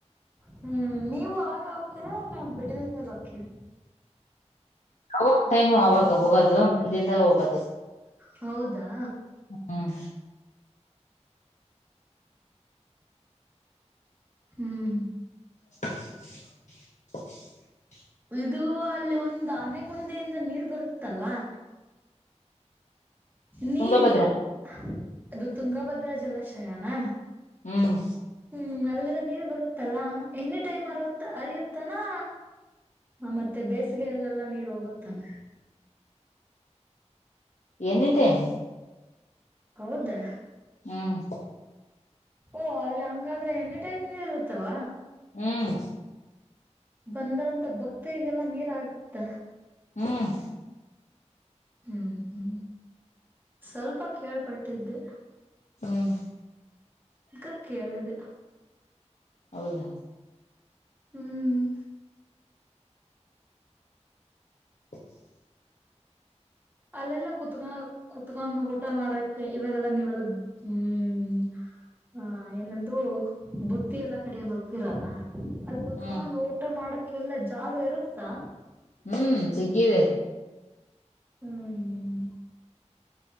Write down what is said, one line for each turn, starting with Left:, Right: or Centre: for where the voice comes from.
Right: ಹ್ಮ್ ನೀವು ಅವಾಗ ಹೋಕಿರ ನಾ ಬಿಡುವಿನ್ ಮೇಲ್ ಹೋಕಿರ?
Left: ಅವ ಟೈಮ್ ಅವಾಗ ಹೋಗದು ಬಿಡುದಿನ್ದಾಗ್ ಹೋಗದು.
Right: ಹೌದಾ
Left: ಹ್ಮ್
Right: ಹ್ಮ್
Left: <inaudible>
Right: ಇದು ಅಲ್ಲಿ ಒಂದ್ ಆನೆ ಗೊಂದಿಯಿಂದ ನೀರ್ ಬರುತ್ತಲ್ಲ ನೀರಿಗ್ಯೊ
Left: ತುಂಗಭದ್ರ
Right: ಅದು ತುಂಗಭದ್ರಾ ಜಲಾಶಯನಾ?
Left: ಹ್ಮ್
Right: ಹ್ಮ್ ಅಲ್ಲಿದ ನೀರು ಬರುತ್ ತ್ತಲ್ಲಾ ಎನಿ ಟೈಮ್ ಅರುತ್ ಅರಿಯುತ್ತನಾ? ಹಾಂ ಮತ್ತೆ ಬೇಸಿಗೆಯಲ್ಲೆಲ್ಲಾ ನೀರ್ ಹೋಗುತಾನೆ?
Left: Any time.
Right: ಹೌದಾ?
Left: ಹ್ಮ್
Right: ಓ ಅಲ್ ಹಂಗಾದ್ರೆ ಎನಿ ಟೈಮ್ ನೀರ್ ಇರುತ್ತಾವ?
Left: ಹ್ಮ್
Right: ಬಂದರಂತ ಭಕ್ತರಿಗೆಲ್ಲಾ ನೀರ್ ಆಗುತ್ತ?
Left: ಹ್ಮ್
Right: ಹ್ಮ್ ಹ್ಮ್ ಸ್ವಲ್ಪ ಕೇಳ್ಪಟ್ಟಿದ್ದೆ.
Left: ಹ್ಮ್
Right: ಈಗ ಕೇಳಿದೆ.
Left: ಹೌದಾ?
Right: ಹ್ಮ್ ಹ್ಮ್
Left: <inaudible>
Right: ಅಲ್ಲೆಲ್ಲ ಕೂತ್ಕಣವ್ ಕುತ್ಕೊಂಡ್ ಊಟ ಮಾಡಕೆ ಇವಾಗೆಲ್ಲಾ ನೀವೆಲ್ಲ ಹ್ಮ್ ಹಾಂ ಏನದು ಬುತ್ತಿ ಎಲ್ಲಾ ಕಟಿಕ್ಯಂಡ್ ಹೋಗ್ತಿರಲ್ಲ ಅಲ್ ಕುತ್ಕೊಂಡ್
Left: ಹ್ಮ್
Right: ಊಟ ಮಾಡಕ್ಕೆಲ್ಲ ಜಾಗ ಇರುತ್ತಾ?
Left: ಹ್ಮ್ ಚಗ್ಗಿದೆ.
Right: ಹ್ಮ್